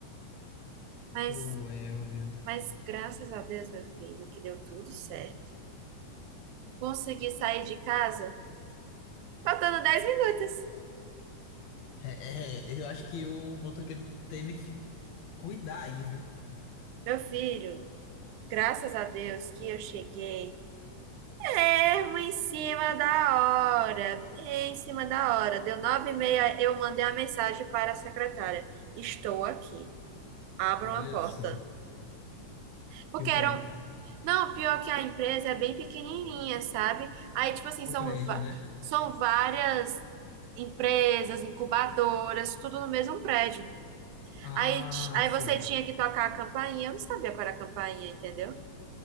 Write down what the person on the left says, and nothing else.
Cruel, viu?
É, é, eu acho que o motoqueiro teve que cuidar aí, viu?
Olha
só,
que eu quero
entrar.
O
prédio,
né?
Ah,
sei.